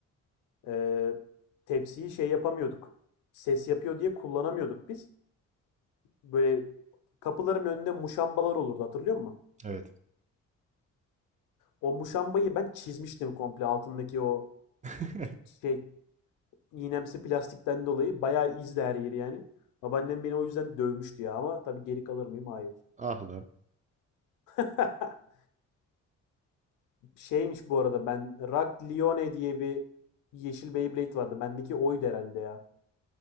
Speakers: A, on the left; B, on the right.
A: Ee, tepsiyi şey yapamıyorduk. Ses yapıyor diye kullanamıyorduk biz. Böyle kapıların önünde muşambalar olurdu hatırlıyor musun?
B: Evet.
A: O muşambayı ben çizmiştim komple altındaki o
B: <laughs>
A: şey iğnemsi plastikten dolayı bayağı izdi her yeri yani. Babaannem beni o yüzden dövmüştü ya ama tabii geri kalır mıyım? Hayır.
B: Ah lan.
A: <laughs> Şeymiş bu arada ben Rock Lione diye bir yeşil Beyblade vardı. Bendeki oydu herhalde ya.